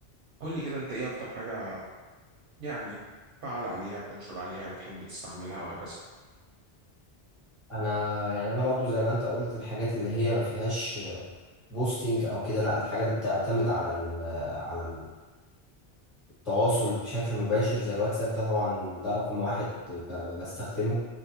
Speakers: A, on the right; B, in the centre.
A: قول لي كده أنت إيه أكتر حاجة يعني فعال عليها بتنشر عليها بتحب تستعملها وهكذا
B: انا يعني انا برضو زي ما انت قلت الحاجات اللي هي ما فيهاش بوستنج او كده لا الحاجات اللي بتعتمد على ال التواصل بشكل مباشر زي الواتساب ده طبعا ده رقم واحد ب- ب- بستخدمه